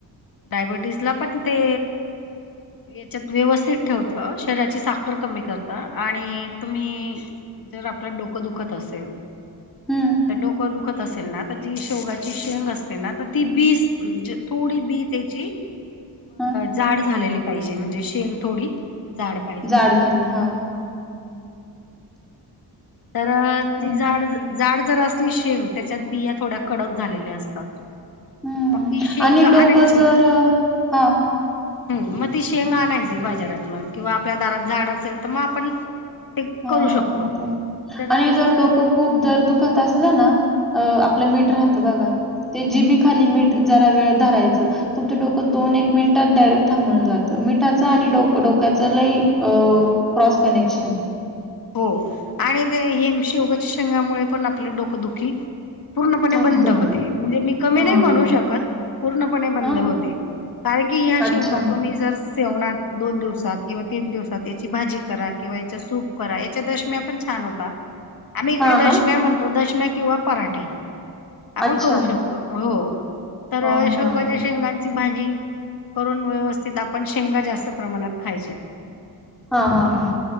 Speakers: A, on the left (about 55°); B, in the centre.
A: डायबिटीस ला पण ते... याच्यात व्यवस्थित ठेवता शरीराची साखर कमी करता आणि तुम्ही... जर आपल्या डोकं दुखत असेल..
B: हं,
A: डोकं दुखत असेल ना आ जी शेवगाची शेंग असते ना तर ती बीस थोडी बीस... त्याची
B: हं.
A: जाड झालेली पाहिजे म्हणजे शेंग थोडी.. जाड पाहिजे.
B: जाड झाले हा...
A: तर
B: हं,
A: ती जाड जाड... जर असली शेंग त्याच्यात बिया थोड्या कडक झालेल्या असतात...
B: हं.
A: मग ती शेंग
B: आणि डोकं
A: आणायची...
B: जर अ, हां.
A: हम मग ती शेंग आणायची बाजारात म किंवा आपल्या दारात झाड असेल तर मग आपण...
B: हा
A: करू शकतो
B: ते
A: तर
B: आणि जर
A: ती
B: डोकं खूप जर दुख... दुखत असलं ना
A: हम्म
B: आपलं
A: हम्म
B: मीठ राहतं बघा
A: हम्म
B: जिभेखाली
A: हम्म.
B: मीठ जात. थोडा वेळ धरायचं तुमचं डोकं दोन एक मिनिटात डायरेक्ट थांबून जातो मिठाच्या आणि डोक्याचं.... क्रॉस कनेक्शन...
A: हो आणि ते हे शेवग्याच्या शेंगामुळे पण आपलं डोकं दुखी.. पूर्णपणे
B: थांबते
A: बंद होते
B: ना?
A: म्हणजे मी कमी
B: हां,
A: नाही म्हणू
B: हां.
A: शकत पूर्णपणे बंद
B: हां,
A: होते... कारण की ह्या शेंगा
B: अच्छा.
A: तुम्ही जर.. सेवणात दोन दिवसात किंवा तीन दिवसात याची भाजी करा किंवा याचा सूप... याच्या दशम्या पण छान होता आम्ही इकडे
B: हां
A: दशम्या
B: ना?
A: म्हणतो दशम्या किवा पराठे आपण
B: अच्छा.
A: करू शकतो हो... तर
B: हां, हां.
A: शेवगाच्या शेंगांची भाजी करून व्यवस्थित आपण शेंगा जास्त प्रमाणात खायच्या
B: हा हा हा